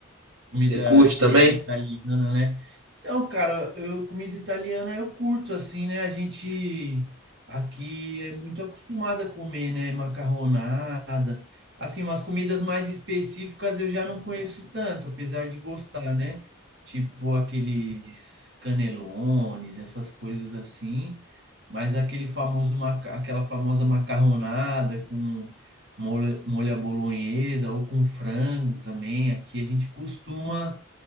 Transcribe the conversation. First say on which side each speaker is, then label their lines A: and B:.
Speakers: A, on the right (about 55°); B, on the right (about 75°).
A: comida,
B: Você curte
A: comida
B: também?
A: italiana, né? Então, cara, eu comida italiana eu curto assim, né? A gente aqui é muito acostumada a comer, né? Macarronada, assim, umas comidas mais específicas eu já não conheço tanto, apesar de gostar, né? Tipo aqueles canelones, essas coisas assim, mas aquele famoso maca- aquela famosa macarronada com molho, molho à bolonhesa ou com frango também, aqui a gente costuma